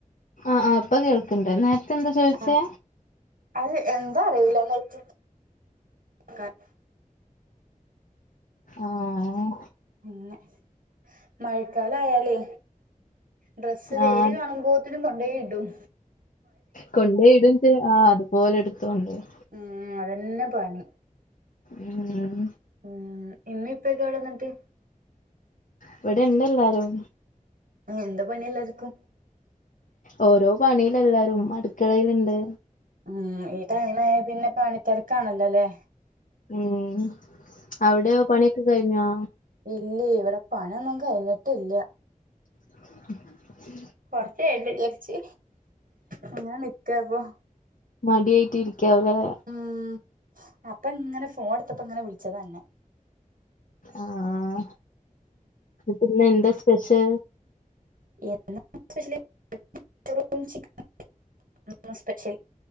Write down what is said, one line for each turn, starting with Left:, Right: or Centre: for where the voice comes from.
Left: ആ ആ ഇപ്പോൾ കേൾക്ണ്ട് നേർത്തെ എന്താ ചോയിച്ചേ.
Right: ആ അത് എന്താ അറിയുല <unintelligible>
Left: ആഹ
Right: പിനെ മഴക്കാലയാലേ ഡ്രസ്സ് വേയല്
Left: ആഹ്
Right: കാണുമ്പോത്തിനും കൊണ്ടേയ് ഇട്ടും
Left: കൊണ്ടേയിട് ആ അതുപോലെ എടുത്ത് കൊണ്ടരും
Right: ഉം അതന്നെ പണി
Left: ഉം
Right: ഉ ഇമ്മ ഇപ്പൊക്കെ എവിടെ എന്നിട്ട്
Left: ഇവിടെ ഇണ്ട് എല്ലാരും.
Right: എന്ത പണിയല്ലർക്കും.
Left: ഓരോ പണിൽ എല്ലാരും അട്ക്കളെലണ്ട്
Right: ഉം ഈ ടൈമ പിന്നെ പണിത്തെരക്കാണല്ലോല്ലേ
Left: ഉം അവിടെയ പണിയൊക്കെ കഴിഞ്ഞോ.
Right: ഇല്ലയ് ഇവിടെ പണിന്നും കഴിഞ്ഞിട്ടില്ല
Left: <inaudible>
Right: കൊറച്ചായിട്ട് വിചരിച് ഇങ്ങനെ നിക്കപ്പൊ
Left: മടിയായിട്ടിരിക്കാവൂല്ലേ
Right: ഉം അപ്പൊ ഇങ്ങനെ ഫോൺ എടുത്തപ്പ ഇങ്ങനെ വിളിച്ചതാ അന്നേ
Left: ആആ പിന്നെ എന്താ സ്പെഷ്യൽ
Right: എന്ന <unintelligible> സ്പെഷ്യലി